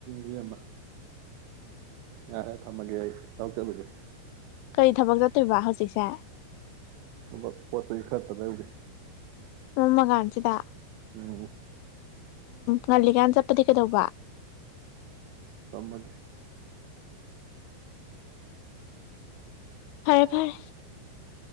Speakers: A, on the right (about 80°); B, on the left (about 85°).
A: ꯉꯃ ꯉꯔꯦ ꯊꯝꯃꯒꯦ ꯑꯩ ꯇꯥꯎꯆꯂꯨꯒꯦ
B: ꯀꯔꯤ ꯊꯕꯛ ꯆꯠꯇꯣꯏꯔꯤꯕ ꯍꯥ ꯍꯧꯖꯤꯛꯁ ꯆꯥꯛ
A: ꯁ ꯐꯔꯠꯇ ꯂꯩꯎꯒꯦ
B: ꯃꯃ ꯀꯥꯟꯁꯤꯗ
A: ꯑꯣ
B: ꯉꯜꯂꯤꯀꯥꯟ ꯆꯠꯄꯗꯤ ꯀꯩꯗꯧꯕ
A: ꯅꯒꯦ
B: ꯐꯔꯦ
A: ꯍꯔ
B: ꯐꯔꯦ